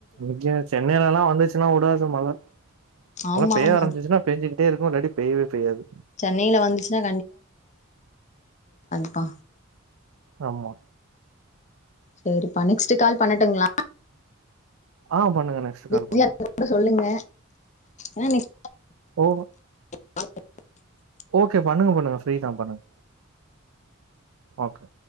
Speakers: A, on the right; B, on the left.
A: இங்க சென்னையிலல எல்லா வந்துச்சுன்னா விடாது மழ
B: ஆமா
A: பேய
B: ஆமா
A: ஆம்பிச்சா பேஞ்சிக்கிட்டே இருக்கும் இல்லாடி பேய்யவே பேய்யாது
B: சென்னையில வந்துச்சுன்னா ப்பா
A: ஆமா
B: சேரிப்பா நெக்ஸ்ட் கால் பண்ணட்டுங்களா
A: ஆ பண்ணுங்க நெக்ஸ்ட் கால்
B: பிரிய
A: பண்ணுங்க
B: இருந்தா கூட சொல்லுங்க ஆ நெக்ஸ்ட்
A: ஒ
B: அ
A: ஓகே பண்ணுங்க பண்ணுங்க ஃப்ரீதா பண்ணுங்க ஓகே